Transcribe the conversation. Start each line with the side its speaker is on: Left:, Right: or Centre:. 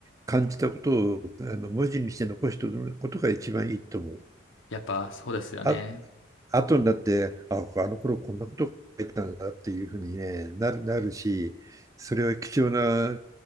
Right: 感じたことをあの文字にして残しておくことが一番いいと思う。
Left: やっぱそうですよね。
Right: あ、後になって、あ、あの頃こんなこと書いてたんだっていうふうに、ね、なる、なるし、それは貴重な、